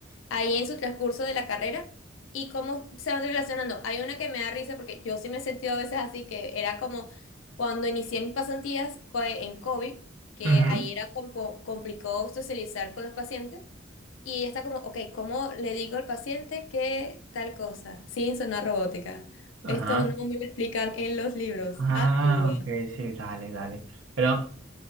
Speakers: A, on the left; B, on the right.
A: ahí en su transcurso de la carrera y cómo se van relacionando. Hay una que me da risa porque yo sí me he sentido a veces así, que era como cuando inicié mis pasantías co- en COVID, que
B: ujú.
A: ahí era como complicado socializar con los pacientes. Y ella está como, ok, ¿cómo le digo al paciente que tal cosa? Sin sonar robótica.
B: Ajá.
A: Esto no me lo explican en los libros.
B: Ah,
A: Ayuda.
B: ok, sí, dale, dale. Pero